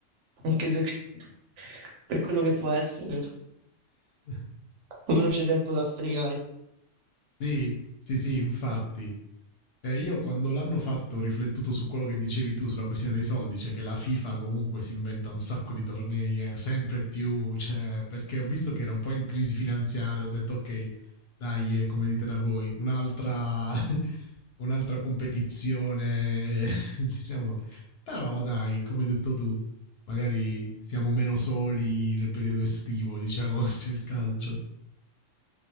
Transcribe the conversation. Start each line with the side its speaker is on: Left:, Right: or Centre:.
Right: anche se <laughs> per quello che può essere,
Left: <laughs>
Right: almeno c'è tempo da sfregare.
Left: Sì, sì, sì, infatti. Eh, io quando l'hanno fatto ho riflettuto su quello che dicevi tu sulla questione dei soldi, cioè che la FIFA comunque si inventa un sacco di tornei, eh, sempre più, cioè, perché ho visto che era un po' in crisi finanziaria, ho detto ok, dai, eh, come dite da voi, un'altra, <laughs> un'altra competizione, <laughs> diciamo, però dai, come hai detto tu, magari siamo meno soli nel periodo estivo, diciamo, <laughs> c'è il calcio.